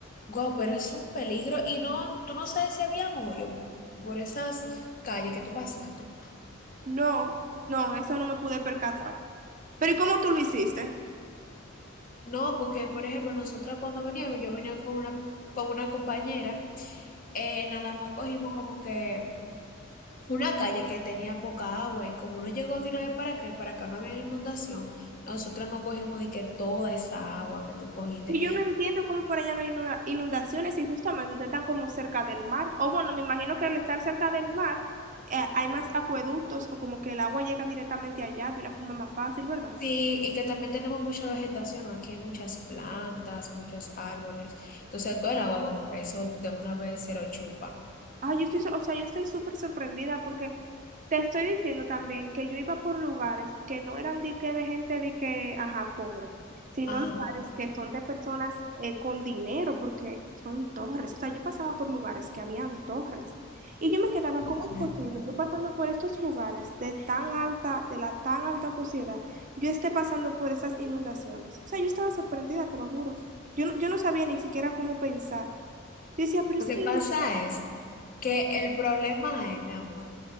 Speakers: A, on the left (about 45°); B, on the right (about 40°).
A: Guau, pero es un peligro. Y no, tú no sabes si había hoyo por esas calles que tú pasaste.
B: No, no, eso no me pude percatar. Pero ¿y cómo tú lo hiciste?
A: No, porque, por ejemplo, nosotras cuando veníamos, yo venía con una, con una compañera, eh, nada más cogimos como que una calle que tenía poca agua y como uno llegó de una vez para acá y para acá no había inundación, nosotras no cogimos de que toda esa agua que tú cogiste.
B: Y yo no entiendo cómo por allá no hay inunda- inundaciones y justamente ustedes están como cerca del mar. O bueno, me imagino que al estar cerca del mar eh, hay más acueductos o como que el agua llega directamente allá de una forma más fácil, ¿verdad?
A: Sí, y que también tenemos mucha vegetación, aquí hay muchas plantas, muchos árboles, entonces todo el agua como que eso de una vez se lo chupa.
B: Ah, yo estoy, so- o sea, yo estoy súper sorprendida porque te estoy diciendo también que yo iba por lugares que no eran de que de gente de que, ajá, pobre, sino
A: Ajá.
B: lugares que son de personas eh, con dinero porque son torres. O sea, yo pasaba por lugares que habían torres y yo me quedaba,
A: Ok.
B: ¿cómo es posible? Yo pasando por estos lugares de tan alta, de la tan alta sociedad, yo esté pasando por esas inundaciones. O sea, yo estaba sorprendida, te lo juro. Yo no, yo no sabía ni siquiera cómo pensar. Yo decía, pero
A: Lo
B: es
A: que
B: que
A: pasa es que el problema es, mi amor,